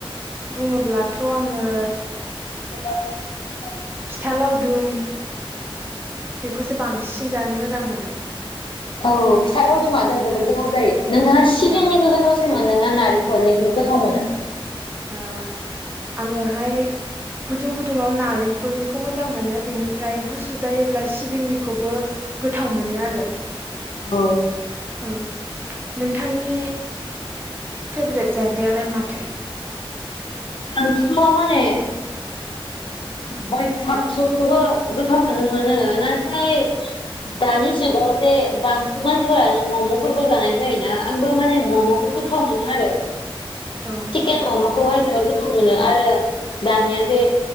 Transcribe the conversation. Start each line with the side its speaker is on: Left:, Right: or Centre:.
Right: बुङोब्ला थ' आङो
Left: <inaudible>
Right: फिथा लावदुम बेखौसो बांसिन जानो मोजां मोनो।
Left: औ फिथा लावदुमा दा जोबोद गोथाव जायो। नोंथाङा सिबिंनिखौ
Right: ओं
Left: गोथावसिन मोनो ना नारि खरनिखौ गोथाव मोनो
Right: ओ आङोहाय गुदुं गुदुङाव नालेंखलनिखौ मोजां मोनो बेनिफ्राय गुसु जायोब्ला सिबिंनिखौबो गोथाव मोनो आरो।
Left: औ।
Right: ओ नोंथांनि फेभ्रेट जाग्रायालाय माथो?
Left: <unintelligible> माने गय साब सबखौबो गोथावखौनो मोनो। नाथाय दानि जुगाव जे बांसिन मानसिफोरानो ममफोरबो जानाय जायोना। आंबो माने ममखौ
Right: औ
Left: गोथाव मोनो आरो।
Right: औ
Left: चिकेन ममखौहाय जोबोर गो गोथाव मोनो आरो दानिया जे